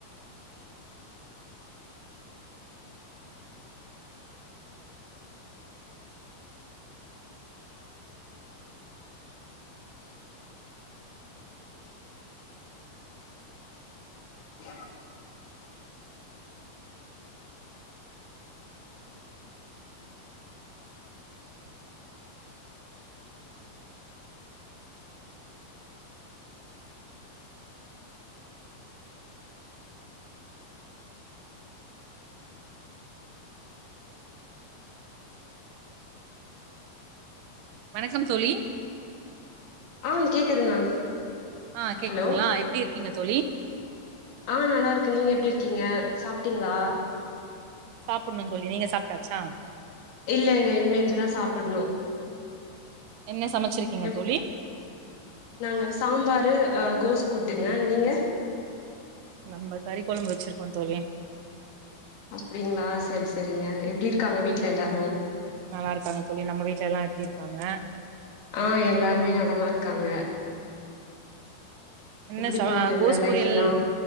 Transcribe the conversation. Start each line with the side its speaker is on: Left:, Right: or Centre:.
Left: <unintelligible>
Right: வணக்கம் தோழி
Left: ஆ கேக்குது மேம்
Right: ஆ கேக்குதுங்ளா
Left: ஹலோ
Right: எப்டி இருக்கீங்க தோழி
Left: ஆ நல்லா இருக்கே நீங்க எப்டி இருக்கீங்க சாப்ட்டீங்ளா
Right: சாப்டனு தோழி நீங்க சாப்ட்டாச்சா
Left: இல்லங்க இனிமே எஞ்சுதா சாப்டனு
Right: என்ன சமச்சு இருக்கீங்க
Left: எப்
Right: தோழி
Left: நாங்க சாம்பாரு கோஸ் ஆ கூட்டுங்க நீங்க
Right: நம்ப கறிக்கொழம்பு வச்சுருக்கோ தோழி
Left: அப்டிங்ளா சரி சரிங்க எப்டி இருக்காங்க வீட்ல எல்லாரு
Right: நல்லா இருக்காங்க தோழி நம்ம வீட்ல எல்லா எப்டி இருக்காங்க
Left: ஆ எல்லாருமே நலமா இருக்காங்க
Right: என்ன
Left: எப்டி
Right: ச
Left: போதுங்க
Right: கோஸ்
Left: லைஃப்
Right: பொரியல்
Left: எல்லா